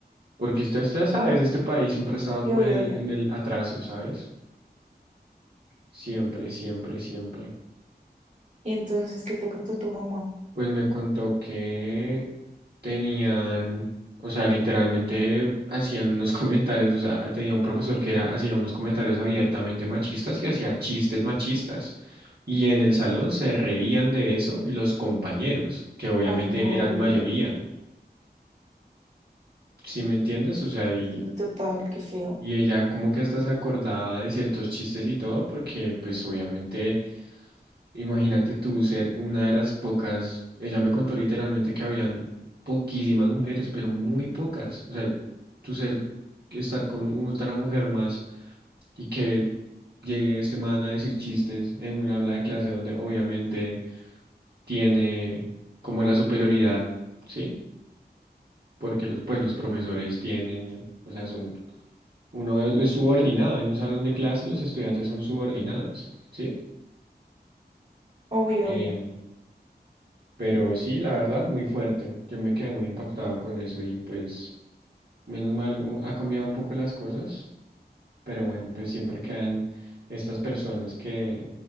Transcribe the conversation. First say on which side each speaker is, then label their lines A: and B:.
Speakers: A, on the right; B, on the right.
A: porque usted, usted sabe, este país siempre ha estado
B: Yo,
A: como
B: yo,
A: en el,
B: yo.
A: en el atraso, ¿sabes? Siempre, siempre, siempre.
B: Y entonces, ¿qué te contó tu mamá?
A: Pues me contó que tenían, o sea, literalmente hacían unos <laughs> comentarios, o sea, tenía un profesor que era, hacía unos comentarios abiertamente machistas y hacía chistes machistas. Y en el salón se reían de eso los compañeros, que obviamente
B: Ay, no,
A: eran
B: horrible.
A: mayoría, ¿sí me entiendes? O sea, y,
B: Sí, total, qué feo.
A: y ella como que hasta se acordaba de ciertos chistes y todo, porque pues obviamente Imagínate tú ser una de las pocas, ella me contó literalmente que habían poquísimas mujeres, pero muy pocas. O sea, tú ser, estar con otra mujer más y que llegue este man a decir chistes en un habla de clase donde obviamente tiene como la superioridad, ¿sí? Porque los, pues los profesores tienen, o sea, son, uno es, es subordinado, en un salón de clase los estudiantes son subordinados, ¿sí?
B: Obvio,
A: Eh,
B: obvio.
A: Pero sí, la verdad, muy fuerte. Yo me quedé muy impactado con eso y pues menos mal u- ha cambiado un poco las cosas, pero bueno, pues siempre quedan estas personas que,